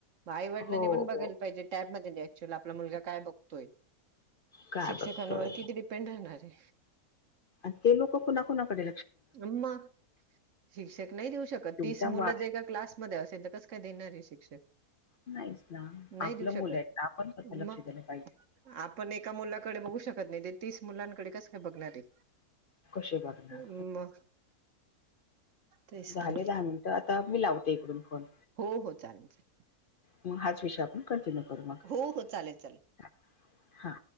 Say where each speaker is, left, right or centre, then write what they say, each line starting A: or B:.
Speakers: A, on the right (about 60°); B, on the left (about 60°).
A: मग आईवडिंनी
B: हो
A: पण बघायला.
B: हो
A: पाईजे टॅब मधे ते अच्युअल आपला मुलगा काय बगतोय?
B: काय
A: शिक्षकांवरती
B: बघतोय
A: किती डेंपे पेंढ राहणार आहे.
B: आणि ते लोक कुणा कुणाकडे
A: अ मग शिक्षक नाही देऊ शकत
B: तुमचा
A: तीस मुलं
B: वा
A: जे का क्लास मधे असेल तर कस काय देणारय शिक्षक.
B: नाहीच ना
A: नाही
B: आपलं
A: देऊ शकत
B: मुलं हाय आपण स्वतः लक्ष
A: मग
B: दिलं पाहिजे.
A: आपण एका मुलाकडे बघू शकत नाही ते तीस मुलांकडे कस काय बघणार आहे
B: कशे बघणार
A: हू मग तेच
B: झाले
A: ना
B: दहा मिनटं आता मी लावते इकडून फोन
A: हो हो चालते
B: म हाच विषय आपण कंटिन्यू करू मग
A: हो हो चालेल चालेल
B: हा